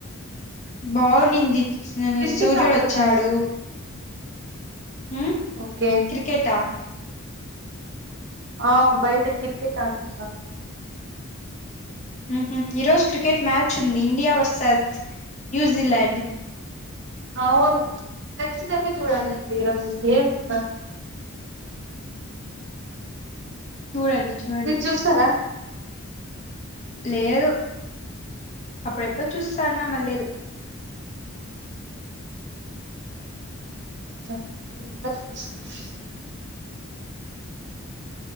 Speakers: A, on the left; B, on the right.
A: బావు నింది నిన్న
B: క్రికెట్
A: సూర్యుడు
B: ఆడుతున్నారా
A: వచ్చాడు ఊ
B: ఓకే
A: క్రికెటా
B: ఆ బయట క్రికెట్ ఆతున్నారు
A: ఊహు ఈరోజు క్రికెట్ మ్యాచ్ ఉంది ఇండియా వార్స్ సచ్ న్యూజీలండ్ వొలే
B: ఆవును కచ్చితంగా చూడాలండి ఇక్కడ మీకు ఏం ఉందొ
A: చూడండి చూడండి
B: మీరు చూస్తారా
A: లేదు అప్పుడెప్పుడు చూసేసాను మళ్ళాలేదు
B: మనకు ఇంకా ఏం కనిపిస్తుంది